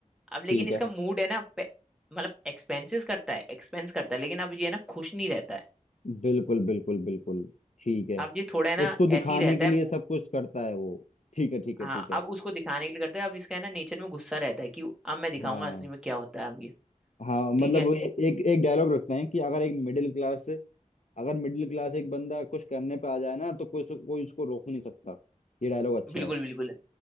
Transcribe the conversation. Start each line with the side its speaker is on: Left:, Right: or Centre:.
Centre: अब लेकिन
Left: ठीक
Centre: इसका
Left: है
Centre: मूड है ना पे- मतलब एक्सपेंसेस करता है एक्सपेंस करता है लेकिन अब ये है ना खुश नहीं रहता है
Left: बिल्कुल बिल्कुल बिल्कुल ठीक है
Centre: अब ये थोड़ा है ना
Left: उसको दिखाने
Centre: ऐसे ही रहता
Left: के
Centre: है
Left: लिए
Centre: मू-
Left: सब कुछ करता है वो ठीक है ठीक है
Centre: हाँ
Left: ठीक है
Centre: अब उसको दिखाने के लिए करता है अब इसका है ना नेचर में गुस्सा रहता है कि अब मैं दिखाऊंगा
Left: हाँ
Centre: असली में क्या होता है अब ये
Left: हाँ मतलब
Centre: ठीक है
Left: वो ए, एक एक डायलॉग रखते हैं कि अगर एक मिडिल क्लास अगर मिडिल क्लास एक बंदा कुछ करने पे आ जाए ना तो कोई कोई उसको रोक नहीं सकता ये डायलॉग अच्छा
Centre: बिल्कुल
Left: है
Centre: बिल्कुल